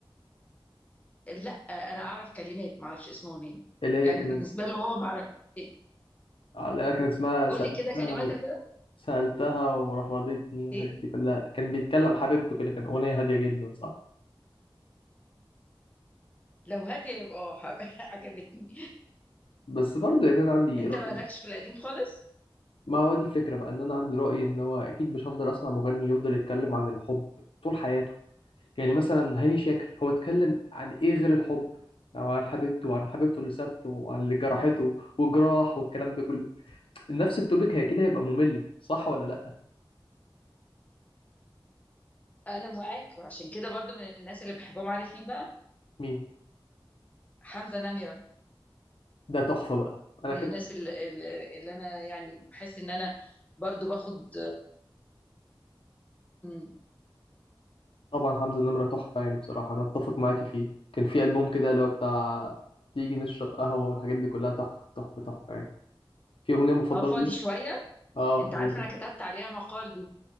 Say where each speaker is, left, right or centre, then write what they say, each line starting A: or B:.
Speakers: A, on the left; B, on the left.
A: لا أنا أعرف كلمات ما أعرفش اسم أغنية
B: اللي هي
A: يعني
B: كانت
A: بالنسبة له هو ما أعرف إيه
B: اللي هي كانت اسمها
A: قول
B: سألتها
A: لي كده كلماتها
B: و...
A: كده
B: سألتها ورفضتني والحاجات
A: إيه
B: دي كلها كان بيتكلم حبيبته كده كان أغنية هادية جدا صح
A: لو هادية يبقى آه حب- <laughs> عجبتني
B: بس برضه يعني أنا عندي
A: أنت
B: رأي
A: مالكش في القديم خالص
B: ما هو دي الفكرة بقى إن أنا عندي رأي إن هو أكيد مش هفضل أسمع مغني يفضل يتكلم عن الحب طول حياته يعني مثلا هاني شاكر هو اتكلم عن ايه غير الحب او عن حبيبته وعن حبيبته اللي سابته وعن اللي جرحته وجراح والكلام ده كله نفس التوبيك هي كده هيبقى ممل صح ولا لا
A: أنا معاك وعشان كده برضو من الناس اللي بحبهم عارف مين بقى
B: مين
A: حمزة نمرة
B: ده تحفة بقى انا
A: من
B: كده
A: الناس اللي, اللي اللي أنا يعني بحس إن أنا برضو باخد مم.
B: طبعا حمزة النمرة تحفة يعني بصراحة انا اتفق معاكي فيه كان في ألبوم كده اللي هو بتاع تيجي نشرب قهوة والحاجات دي كلها تحفة تحفة تحفة يعني في أغنية مفضلة
A: اه فاضي
B: لي
A: شوية
B: اه
A: انت
B: هو
A: عارف
B: ده
A: انا كتبت عليها مقال دي